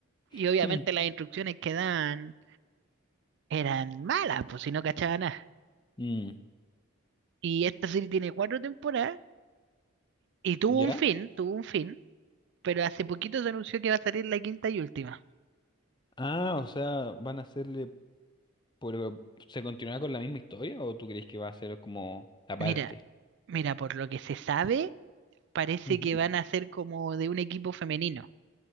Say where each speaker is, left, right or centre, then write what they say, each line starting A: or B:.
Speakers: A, on the right; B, on the left.
A: Y
B: <laughs>
A: obviamente
B: Hmm.
A: las instrucciones que daban eran malas, pues si no cachaban nada.
B: Mm,
A: Y esta serie tiene cuatro temporadas y tuvo
B: ¿Ya?
A: un fin, tuvo un fin pero hace poquito se anunció que va a salir la quinta y última.
B: Ah, o sea, van a hacerle, pero ¿se continuará con la misma historia o tú crees que va a ser como aparte?
A: Mira, mira, por lo que se sabe, parece
B: Ujú.
A: que van a ser como de un equipo femenino,